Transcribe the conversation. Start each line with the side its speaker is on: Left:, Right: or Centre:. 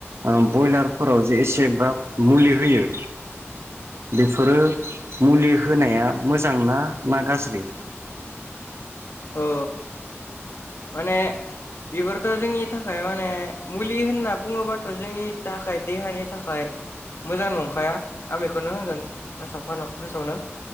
Right: ओ ब्रयलारफोराव जे एसेब्राब मुलि होयो बेफोरो मुलि होनाया मोजां ना ना गाज्रि?
Left: ओ। माने बेफोरथ' जोंनि थाखाय माने मुलि होनना बुङोबाथ' जोंनि थाखाय देहानि थाखाय मोजां नंखाया आं बेखौनो होनगोन बासाव फास फासावनो